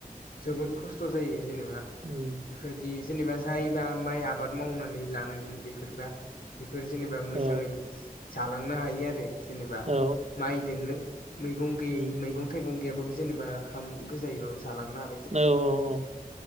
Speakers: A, on the left; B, on the right.
A: जोबोद खस्थ' जायो जेनेबा
B: उम
A: बेफोरबायदि जेनेबा जायोबा माइ आबाद मावनानै लानांगोन बेफोरबा बेफोर जेनेबा मोजाङै
B: औ
A: जालांनो हायो आरो जेनेबा
B: औ
A: माइ दोनो ममैगं गैयि
B: उम
A: मैगं
B: उम
A: थाइगं गैयाबाबो जेनेबा ओंखाम गोजायैबाबो जालांनो हा
B: औ।